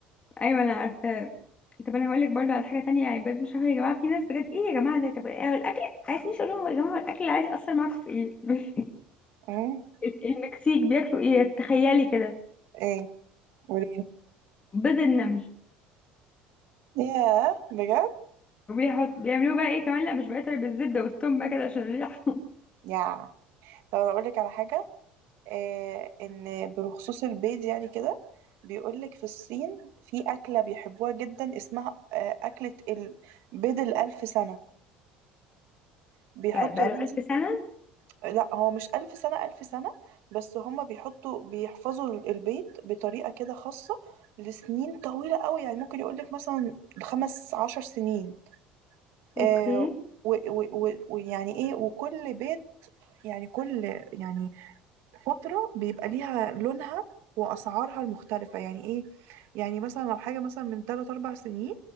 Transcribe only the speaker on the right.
امم
ايه قولي
ياه بجد
يا طب اقول لك على حاجه إيه ان بخصوص البيض يعني كده بيقول لك في الصين في اكله بيحبوها جدا اسمها آه، اكله ال- بيض الالف سنه
بيحطوا
يا
بنتي
لا هو مش ألف سنة ألف سنة بس هما بيحطوا بيحفظوا ال- البيت بطريقة كده خاصة لسنين طويلة قوي يعني ممكن يقولك مثلا خمس عشر سنين
آه و- و- و- ويعني ايه وكل بيت يعني كل يعني فترة بيبقى ليها لونها وأسعارها المختلفة يعني إيه يعني مثلا لو حاجة مثلا من تلات أربع سنين